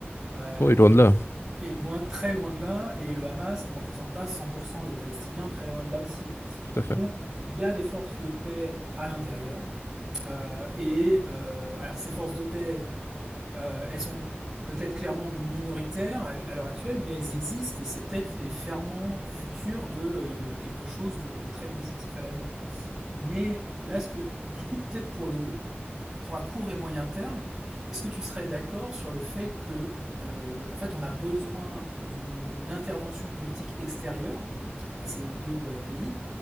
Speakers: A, in the centre; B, on the left (about 75°).
A: euh,
B: Oui, loin
A: et,
B: de là,
A: et loin, très loin de là, et le Hamas ne représente pas 100% des Palestiniens, très loin de là aussi.
B: tout à
A: Donc,
B: fait.
A: il y a des forces de paix à l'intérieur, euh, et euh, alors ces forces de paix euh, elles sont peut-être clairement minoritaires à, à l'heure actuelle, mais elles existent et c'est peut-être les ferments futurs de, euh, de quelque chose de, de très positif à l'avenir. Mais là, ce que, du coup, peut-être pour, le, pour à court et moyen terme, est-ce que tu serais d'accord sur le fait que, euh, en fait, on a besoin d'une intervention politique extérieure à ces deux euh, pays